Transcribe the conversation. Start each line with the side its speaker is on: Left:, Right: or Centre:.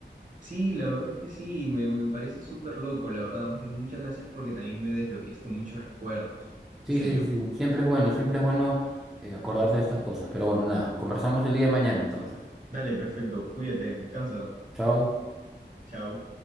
Right: sí, la verdad es que sí, me, me parece súper loco, la verdad, más bien muchas gracias porque también me desbloqueaste muchos recuerdos.
Centre: Sí,
Right: En serio.
Centre: sí, sí, sí. Siempre es bueno, siempre es bueno eh, acordarse de estas cosas. Pero bueno, nada, conversamos el día de mañana entonces.
Right: Dale, perfecto, cuídate, descansa.
Centre: Chao.
Right: Chao.